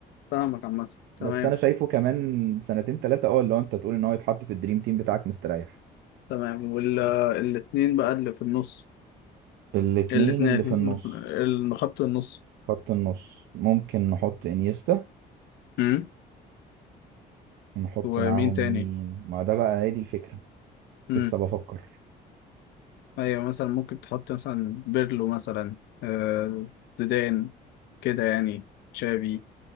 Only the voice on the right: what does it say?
بس انا شايفه كمان سنتين ثلاثه اه اللي هو انت تقول ان هو يتحط في الدريم تيم بتاعك مستريح
الاتنين
اللي
في النص
خط النص ممكن نحط انيستا
ونحط
معاهم مين
ما ده بقى هي دي الفكره
لسه بفكر